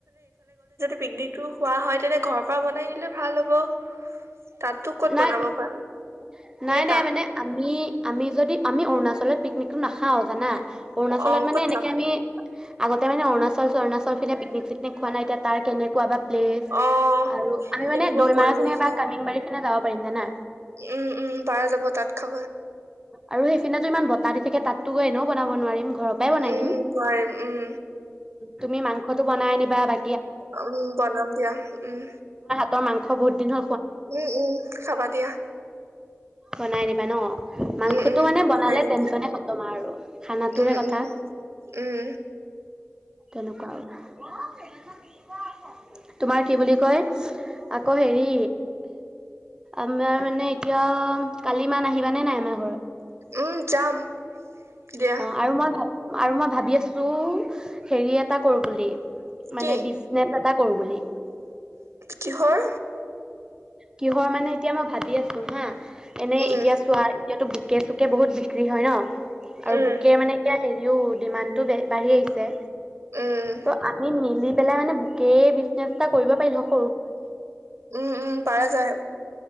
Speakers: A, on the right; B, on the right.
A: পিকনিক টো খোৱা হয়। তেনে ঘৰৰ পৰা বনাই নিলে ভাল হ'ব। তাতো ক'ত
B: নাই-নাই-নাই
A: বনাব পাৰি নে তাত
B: মানে আমি আমি যদি আমি অৰুণাচল বলে পিকনিকটো নাখাও জানা, অৰুণাচলত
A: অ
B: মানে
A: ক'ত
B: এনেকে
A: খাম
B: আমি আগতে মানে অৰুণাচল-চৰুনাচল, গৈ পিনে পিকনিক, পিকনিক খোৱা নাই এতিয়া তাৰ কেনেকুৱা বা প্লেচ
A: অ
B: আৰু আমি
A: তেনেকুৱা
B: মানে দৈ
A: পৰিৱেশ
B: মাৰা খনে বা।
A: ন উম,
B: কামিংবাৰী পিনে যাব পাৰিম জানা।
A: উম, পাৰা যাব তাত খা
B: আৰু সেইফিনাতটো ইমান বত তা-দি থাকে তাতটো গৈ এনেও বনাব নোৱাৰিম ঘৰৰ পৰাই বনাই
A: উম,
B: নিম।
A: হয়, উম।
B: তুমি মাংসটো বনাই আনিবা বা
A: উম, বনাম দিয়া। উম।
B: মই মাংস বহুত দিন হ
A: উম, উম, খাবা দিয়া।
B: বনাই নিম। বন <unintelligible> মাংসটো
A: উম উম
B: মানে বনালে
A: পঢ়াই নিম
B: টেনচনে
A: দিয়া
B: খতম আৰু। খানাটোহে
A: উম
B: কথা।
A: উম উম
B: তেনেকুৱা আৰু। <unintelligible> তোমাৰ কি বুলি কয়, আকৌ হেৰি, আমাৰ মানে এতিয়া কাল ইমান আহিবা নে নাই আমা
A: উম, যাম। দিয়া।
B: অ আৰু মই ভাব আৰু মই ভাবি আছু হেৰি এটা কৰো বুলি। মানে
A: কি
B: বিজনেত এটা কৰো বুলি।
A: কিহৰ
B: কিহৰ মানে, এতিয়া ম অ, ভাবি আছো হা। এনে
A: উম
B: এতিয়া চোৱা ইয়াতো বুকে-চুকে বহুত বিক্ৰী হয় ন? আৰু
A: উম
B: বুকে মানে এতিয়া হেৰিও ডিমাণ্ডটো বে-বাঢ়ি আহিছে।
A: উম
B: তো আমি মিলি পেলাই মানে, বুকে বিজনেছ এটা কৰিব পাৰিলো হ
A: উম, উম, পাৰা যায়।